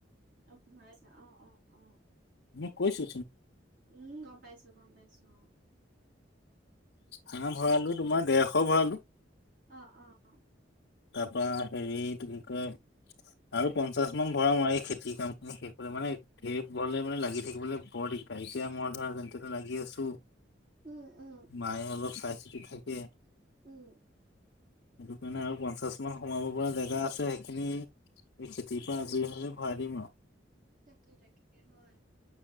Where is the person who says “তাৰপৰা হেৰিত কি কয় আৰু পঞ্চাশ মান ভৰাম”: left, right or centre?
Left